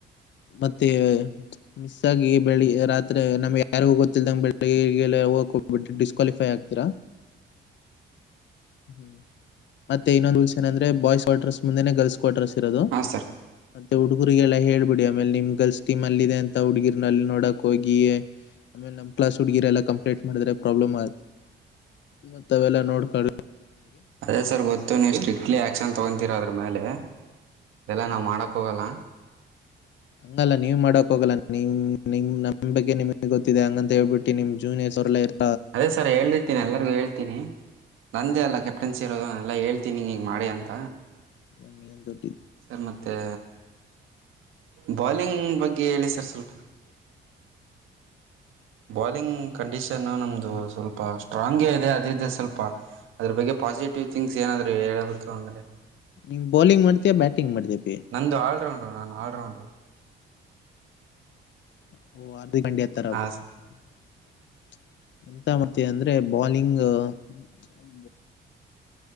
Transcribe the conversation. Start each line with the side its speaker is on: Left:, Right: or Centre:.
Left: ಮತ್ತೆ ಮಿಸ್ ಆಗಿ ಬೆಳಿ ರಾತ್ರೆ ನಮ್ಗೆ ಯಾರಿಗೂ ಗೊತ್ತಲ್ದಂಗ ಬೆಳಿಗ್ಗೆ ಎಲ್ಲ ಹೋಗ ಹೋಗ್ ಬಿಟ್ ಡಿಸ್ಕ್ವಾಲಿಫೈ ಆಗ್ತೀರಾ. ಹ್ಮ್ ಮತ್ತೆ ಇನ್ನೊಂದು ರುಲ್ಸಾ ಏನಂದ್ರೆ ಬಾಯ್ಸ್ ಕ್ವಾಟರ್ಸ್ ಮುಂದೆನೆ ಗರ್ಲ್ಸ್ ಕ್ವಾಟರ್ಸ್ ಇರೋದು.
Right: ಹಾಂ ಸರ್
Left: ಮತ್ತೆ ಹುಡುಗುರಿಗೆಲ್ಲ ಹೇಳ್ಬಿಡಿ ಆಮೇಲ್ ನಿಮ್ ಗಲ್ಸ್ ಟಿಮ್ ಅಲ್ಲಿದೆ ಅಂತ ಹುಡ್ಗಿರ್ನಲ್ಲಿ ನೋಡಕ್ ಹೋಗಿ ಯ ಆಮೇಲ್ ನಮ್ ಕ್ಲಾಸ್ ಹುಡುಗಿರೆಲ್ಲ ಕಂಪ್ಲೇಟ ಮಾಡದ್ರೆ ಪ್ರಬ್ಲಮ್ ಆಯ ಮತ್ತ್ ಅವೆಲ್ಲ ನೋಡ್ಕೋ
Right: ಅದೇ ಸರ್ ಗೊತ್ತು ನೀವು ಸ್ಟ್ರಿಕ್ಲಿ ಆಕ್ಷನ್ ತ ತೊಗೊಂತಿರಾ ಅದರ ಮೇಲೆ. ಇದೆಲ್ಲ
Left: ಹ್ಮ್
Right: ನಾವ್ ಮಾಡಕ್ ಹೋಗಲ್ಲ.
Left: ಹಂಗಲ್ಲ ನೀವ್ ಮಾಡಕ್ ಹೋಗಲ್ಲ ನಿಮ್ ನಿಂಗ್ ನಮ್ ನಿಂಬಗ್ಗೆ ನಿಮಿಗ್ ಗೊತ್ತಿದೆ ಹಂಗಂತ ಹೇಳ್ಬಿಟ್ಟ. ತಿ ನಿಮ್ ಜೂನಿಯರ್ಸ್ ಅವರೆಲ್ಲ ಇರ್
Right: ಅದೇ ಸರ್ ಹೇಳಿರ್ತೀನಿ ಎಲ್ಲರಿಗು ಹೇಳ್ತೀನಿ. ನಂದೇ ಅಲ್ಲ ಕೆಪ್ಟನ್ಸಿ ಇರೋದು ನಾ ಎಲ್ಲ ಹೇಳ್ ತಿ ನಿ ಹಿಂಗ್ ಮಾಡಿ ಅಂತ.
Left: ನಂಗ್ ಏನ್ ದೊಡ್ಡಿ.
Right: ಸರ್ ಮತ್ತೆ. ಬಾಲಿಂಗ್ ಬಗ್ಗೆ ಹೇಳಿ ಸರ್ ಸ್ವಲ್ಪ. ಬಾಲಿಂಗ್ ಕಂಡೀಷನ್ ನಮ್ದು ಸ್ವಲ್ಪ ಸ್ಟ್ರಾಂಗ್ ಹ್ಹ ಅದೇ ಇದೆ ಸ್ವಲ್ಪ. ಅದ ಬಗ್ಗೆ ಪಾಸಿಟಿವ್. ಟೀಚಿಂಗ್ ಏನಾದ್ರೂ ಹೇಳಬೇಕು ಅಂದ್ರೆ
Left: ನೀನ್ ಬೌಲಿಂಗ್ ಮಾಡ್ತೀಯಾ ಬ್ಯಾಟಿಂಗ್ ಮಾಡ್ತೀಯಾ ಪಿ
Right: ನಂದು ಆಲ್ರೌಂಡರು ನಾನ ಆರೌಂಡರು.
Left: <inaudible> <unintelligible>
Right: ಹಾಂ
Left: <inaudible> ಮಾಡ್ತೀವಿ ಅಂದ್ರೆ ಬಾಲಿಂಗ್. <inaudible>